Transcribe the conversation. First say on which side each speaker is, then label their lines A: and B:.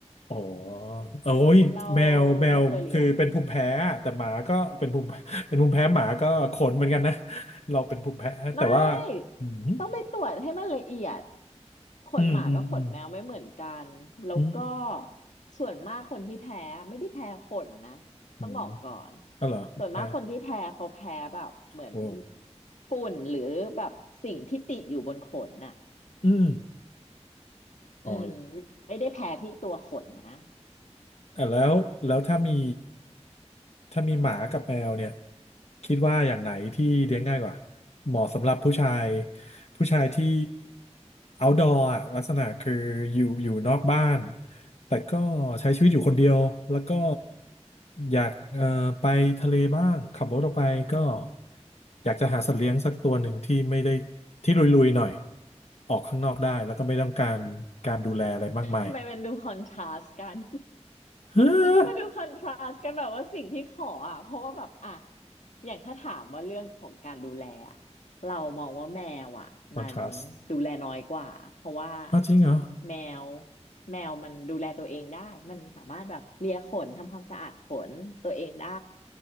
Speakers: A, on the left; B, on the left.
A: อ๋อโอ้ยแมวแมวคือเป็นภูมิแพ้อะแต่หมาก็เป็นภูมิ
B: เราไม่เคยเลี้ยง
A: <laughs> เป็นภูมิแพ้หมาก็ขนเหมือนกันนะเราเป็นภูมิแพ้แต่ว่า
B: ไม่ต้องไปตรวจให้มันละเอียด
A: อืม
B: ขนหมากับขนแมวไม่เหมือนกันแล้วก็
A: อืมอืมอืมอืม
B: ส่วนมากคนที่แพ้ไม่ได้แพ้ขนนะ
A: อืม
B: ต้องบอกก่อน
A: เอาเหรอแพ้
B: ส่วนมากคนที่แพ้เขาแพ้แบบเหมือน
A: โว้ว
B: ฝุ่นหรือแบบสิ่งที่ติดอยู่บนขนน่ะ
A: อืม
B: อืม
A: อ๋อ
B: ไม่ได้แพ้ที่ตัวขนนะ <laughs>
A: อ่ะแล้วแล้วถ้ามีถ้ามีหมากับแมวเนี่ยคิดว่าอย่างไหนที่เลี้ยงง่ายกว่าเหมาะสำหรับผู้ชายผู้ชายที่ outdoor อะลักษณะคืออยู่อยู่นอกบ้านแต่ก็ใช้ชีวิตอยู่คนเดียวแล้วก็อยากเอ่อไปทะเลบ้างขับรถออกไปก็อยากจะหาสัตว์เลี้ยงสักตัวหนึ่งที่ไม่ได้ที่ลุยๆหน่อยออกข้างนอกได้แล้วก็ไม่ต้องการการดูแลอะไรมากมาย
B: ทำไมมันดูคอนทราสต์กัน
A: <laughs>
B: มันดูคอนทราสต์กันแบบว่าสิ่งที่ขออ่ะเพราะว่าแบบอ่ะอย่างถ้าถามว่าเรื่องของการดูแลอะเรามองว่าแมวอ่ะมัน
A: คอนทราส
B: ดูแลน้อยกว่าเพราะว่า
A: อ้าวจริงเหรอ
B: แมวแมวมันดูแลตัวเองได้มันสามารถแบบเลียขนทำความสะอาดขนตัวเองได้